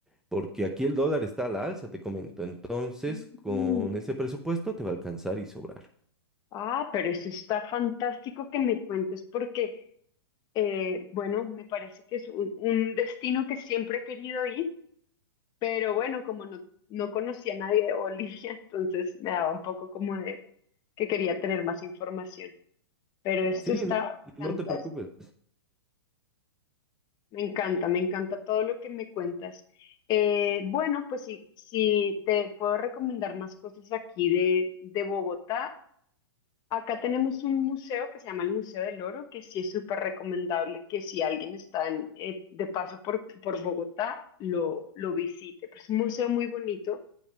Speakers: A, in the centre; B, on the left.
A: porque aquí el dólar está a la alza, te comento. Entonces,
B: Mm.
A: con ese presupuesto te va a alcanzar y sobrar.
B: Ah, pero eso está fantástico que me cuentes porque, eh, bueno, me parece que es un, un destino que siempre he querido ir, pero bueno, como no, no conocía a nadie de Bolivia, <laughs> entonces me daba un poco como de que quería tener más información. Pero esto
A: Sí,
B: está
A: no,
B: fantástico.
A: no te preocupes.
B: Me encanta, me encanta todo lo que me cuentas. Eh, bueno, pues si, si te puedo recomendar más cosas aquí de, de Bogotá. Acá tenemos un museo que se llama el Museo del Oro, que sí es súper recomendable que si alguien está en, eh, de paso por, por Bogotá, lo, lo visite. Pero es un museo muy bonito